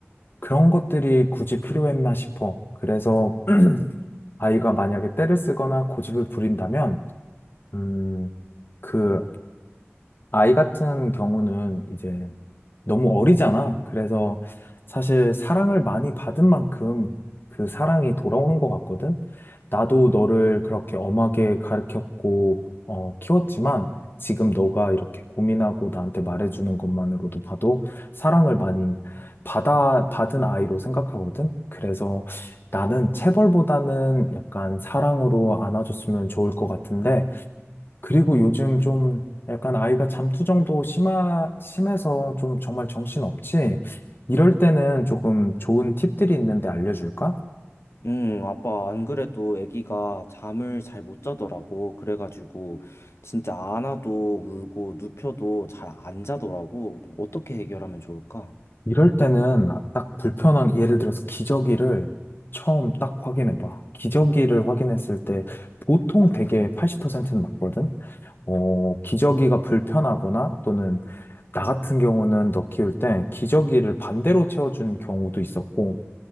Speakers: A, on the left; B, on the left.
A: 그런 것들이 굳이 필요했나 싶어. 그래서 아이가 만약에 떼를 쓰거나 고집을 부린다면, 음, 그 아이 같은 경우는 이제 너무 어리잖아. 그래서 사실 사랑을 많이 받은 만큼 그 사랑이 돌아오는 것 같거든. 나도 너를 그렇게 엄하게 가르쳤고, 어, 키웠지만 지금 너가 이렇게 고민하고 나한테 말해주는 것만으로도 봐도 사랑을 많이 받아, 받은 아이로 생각하거든. 그래서 나는 체벌보다는 약간 사랑으로 안아줬으면 좋을 것 같은데, 그리고 요즘 좀 약간 아이가 잠투정도 심하, 심해서 좀 정말 정신없지? 이럴 때는 조금 좋은 팁들이 있는데 알려줄까?
B: 음, 아빠 안 그래도 아기가 잠을 잘 못 자더라고. 그래가지고 진짜 안아도 울고 눕혀도 잘 안 자더라고. 어떻게 해결하면 좋을까?
A: 이럴 때는 딱 불편한, 예를 들어서 기저귀를 처음 딱 확인해봐. 기저귀를 확인했을 때 보통 되게 80%는 맞거든? 어, 기저귀가 불편하거나 또는 나 같은 경우는 너 키울 때 기저귀를 반대로 채워준 경우도 있었고,